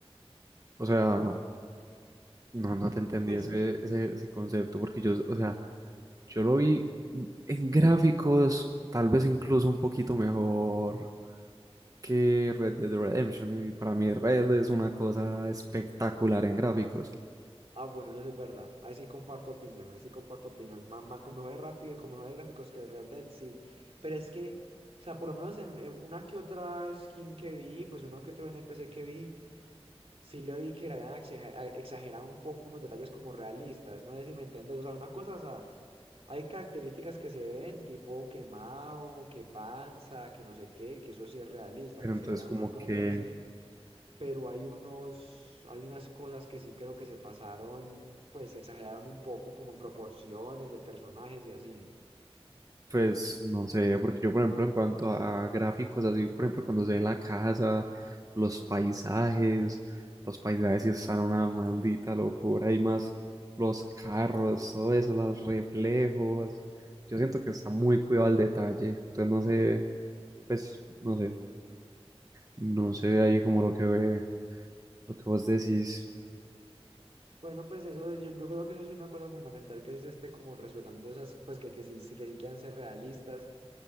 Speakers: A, on the right (about 35°); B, on the right (about 70°).
A: O sea, no, no te entendí
B: Pues,
A: ese, ese, ese concepto, porque yo, o sea, yo lo vi en gráficos, tal vez incluso un poquito mejor que Red Dead Redemption, y para mí Red es una cosa espectacular en gráficos.
B: ah, bueno, eso sí es verdad. Ahí sí comparto opinión, ahí sí comparto opinión. Mamá, con mejores rápido y con mejores gráficos que el Red Dead, sí. Pero es que, o sea, por lo menos en, en una que otra skin que vi, pues uno que otro NPC que vi. Sí le oí que le habían exaja- a- exagerado un poco unos detalles como realistas, no sé si me entendés, o sea, una cosa, o sea, hay características que se ven, tipo quemado, que panza, que no sé qué, que eso sí es realista,
A: Pero
B: que
A: entonces
B: se vea en
A: como
B: una playa
A: que,
B: o así, pero hay unos, hay unas cosas que sí creo que se pasaron, pues exageraron un poco como en proporciones de personajes y así.
A: pues no sé, porque yo por ejemplo en cuanto a gráficos, así por ejemplo cuando se ve la casa, los paisajes, los paisajes sí están una maldita locura y más los carros, todo eso, los reflejos, yo siento que está muy cuidado al detalle, entonces no sé, pues no sé, no sé ahí como lo que ve, lo que vos decís,
B: Bueno, pues eso es- yo, yo creo que eso es una cosa fundamental que sí se esté como respetando esas, pues que, que sí, que sí quieran ser realistas